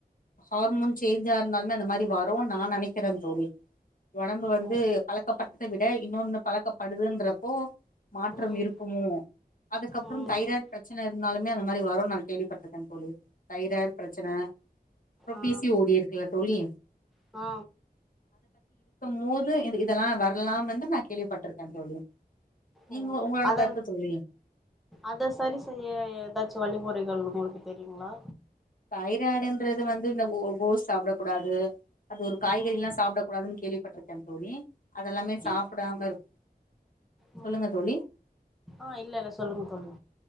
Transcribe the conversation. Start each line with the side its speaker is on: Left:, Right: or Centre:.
Left: ஹார்மோன் சேஞ்சா இருந்தா இந்த மாரி வரும் நா நினைக்கிறே தோழி உடம்பு வந்து
Centre: ஓ
Left: பலக்கப்பட் பலக்கத்த விட இன்னொன்னு பழக்கப்படுதுன்றப்போ மாற்ற
Centre: ம்
Left: இருக்குமோ அதுக்கப்புறம்
Centre: ம்
Left: தைராய்டு பிரச்சன இருந்தாலுமே அந்த மாரி வரும் நா கேள்விப்பட்டிருக்கே தோழி தைராய்டு பிரச்சன அப்புற
Centre: ஆ
Left: பி சி ஓடி இருக்குல்ல தோழி
Centre: ஆ
Left: மோது இதெல்லா வரலா என்று நா கேள்விப்பட்ருக்கே தோழி நீங்க
Centre: ஓ
Left: உங்களோட
Centre: அத
Left: கருத்து தோழி
Centre: அத சரி செய்ய ஏதாச்சு வழிமுறைகள் உங்களுக்கு தெரியுங்களா
Left: தைராய்டுன்றது வந்து இந்த கோஸ் சாப்பிடக் கூடாது அது ஒரு காய்கறில்லா
Centre: ம்
Left: சாப்பிட கூடாதுன் கேள்விப்பட்டிருக்கே தோழி அதெல்லாமே
Centre: டி
Left: சாப்பிடாம இருக்
Centre: ம்
Left: சொல்லுங்க தோழி
Centre: ஆ இல்ல இல்ல சொல்லுங்க தோழி